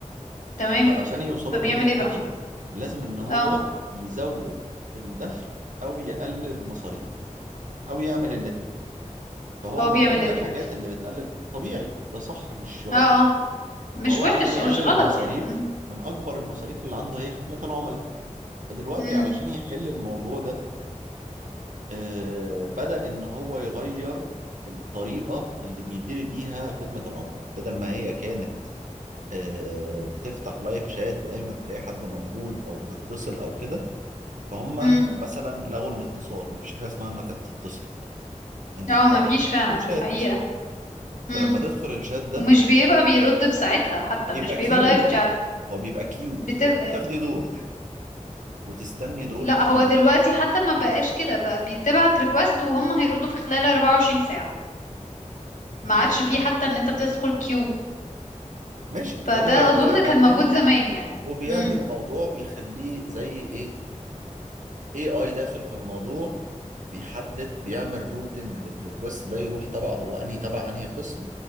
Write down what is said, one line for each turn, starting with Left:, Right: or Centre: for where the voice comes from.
Left: تمام
Right: فعلشان يوصلوا
Left: فبيعمل
Right: للنقطة
Left: ايه بقى
Right: دي لازم إن هو
Left: اه
Right: يزود الدخل أو يقلل المصاريف أو يعمل الاتنين فهو
Left: هو
Right: من
Left: بيعمل
Right: ضمن
Left: الاتنين
Right: الحاجات اللي بتقلل طبيعي ده صح مش غلط
Left: اه اه مش
Right: فهو
Left: وحش
Right: عشان يقلل
Left: مش غلط
Right: المصاريف
Left: يعني مم.
Right: من أكبر المصاريف اللي عنده هي خدمة العملاء فدلوقتي
Left: مم.
Right: علشان يحل الموضوع ده آه، بدأ إن هو يغير الطريقة اللي بيدير بيها خدمة العملاء بدل ما هي كانت آه، بتفتح لايف شات ودايما تلاقي حد موجود أو بتتصل أو كده فهم
Left: مم.
Right: مثلا لغوا الاتصال مفيش حاجه اسمها انك تتصل انت
Left: اه
Right: بتعمل
Left: ما فيش فعلا
Right: كل شات
Left: دي حقيقة مم.
Right: فلما تدخل الشات ده
Left: ومش بيبقى بيرد في ساعتها حتى
Right: بيبقى
Left: مش بيبقى
Right: كيو
Left: لايف شات
Right: هو بيبقى كيو
Left: بتبقى
Right: انت بتاخدي دور وتستني دورك
Left: لا هو
Right: يجي
Left: دلوقتي حتى ما بقاش كده بقى بيتبعت ريكوست وهم هيردوا في خلال 24 ساعة ما
Right: مم.
Left: عادش فيه حتى ان انت بتدخل كيو
Right: ماشي
Left: فده
Right: فهو يعتبر
Left: اظن
Right: قلل
Left: كان موجود زمان يعني
Right: وبيعمل
Left: امم
Right: موضوع بيخليه زي ايه إيه اي داخل في الموضوع بيحدد بيعمل روتنج للريكوست ده يروح تبع هو انهي تبع انهي قسم